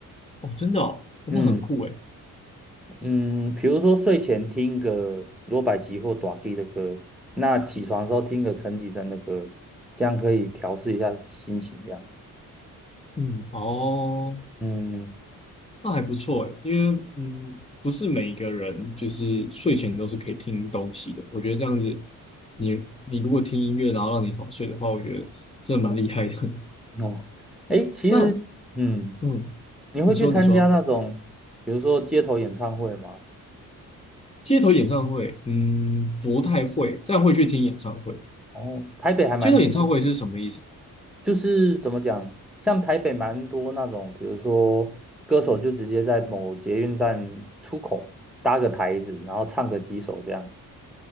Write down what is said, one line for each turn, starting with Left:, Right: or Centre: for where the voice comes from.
Left: 哦，真的哦，那很酷诶。
Centre: 嗯。嗯，比如说睡前听个罗百吉或短 K 的歌，那起床的时候听个陈绮贞的歌，这样可以调试一下心情。这样，
Left: 嗯哦，
Centre: 嗯，
Left: 那还不错诶，因为嗯，不是每一个人就是睡前都是可以听东西的。我觉得这样子，你你如果听音乐然后让你好睡的话，我觉得真的蛮厉害的。
Centre: 哦，哎，
Left: <laughs>
Centre: 其实，
Left: 那
Centre: 嗯，
Left: 嗯，
Centre: 你会去参加那种，
Left: 你说你说，
Centre: 比如说街头演唱会吗？
Left: 街头演唱会，嗯，不太会，但会去听演唱会。
Centre: 哦，台北还蛮多的
Left: 街头演唱会是什么意思啊？
Centre: 就是怎么讲，像台北蛮多那种，比如说歌手就直接在某捷运站出口搭个台子，然后唱个几首这样。